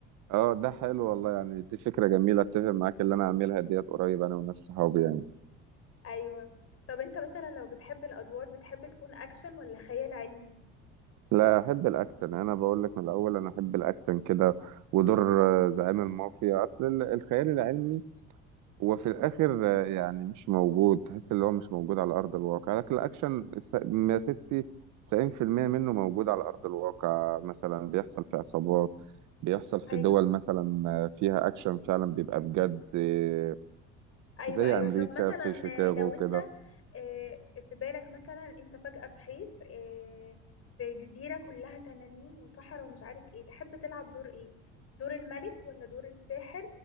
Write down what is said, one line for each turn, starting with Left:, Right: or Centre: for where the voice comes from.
Right: اه ده حلو والله يعني دي فكرة جميلة اتفق معاك اللي انا اعملها ديت قريب انا وناس صحابي يعني
Left: ايوه طب انت مثلا لو بتحب الأدوار بتحب تكون أكشن ولا خيال علمي
Right: لا احب الاكشن انا بقول لك من الاول انا احب الاكشن كده ودور آه، زعيم المافيا اصل ال- الخيال العلمي هو في الاخر آه، يعني مش موجود تحس اللي هو مش موجود على ارض الواقع لكن الاكشن الس- يا ستي 90% منه موجود على ارض الواقع مثلا بيحصل في عصابات بيحصل في
Left: ايوه
Right: دول مثلا آه، فيها اكشن فعلا بيبقى بجد آه،
Left: ايوه
Right: زي
Left: ايوه
Right: امريكا
Left: طب مثلا
Right: في شيكاغو
Left: آه، لو
Right: كده
Left: انت آه، في بالك مثلا انت فجأة صحيت آه، في جزيرة كلها تنانين وصحراء ومش عارف ايه تحب تلعب دور ايه دور الملك ولا دور الساحر